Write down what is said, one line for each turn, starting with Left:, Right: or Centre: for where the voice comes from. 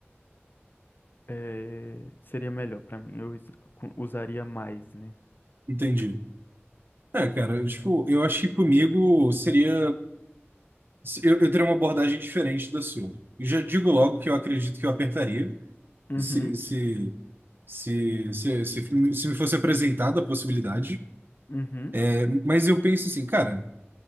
Left: eh, seria melhor pra mim. Eu us- cu- usaria mais, né?
Right: Entendi. É, cara, tipo, eu acho que comigo seria. Eu, eu teria uma abordagem diferente da sua. Eu já digo logo que eu acredito que eu apertaria
Left: Uhum,
Right: se, se, se, se, se, se me fosse apresentada a possibilidade.
Left: uhum,
Right: É, mas eu penso assim, cara,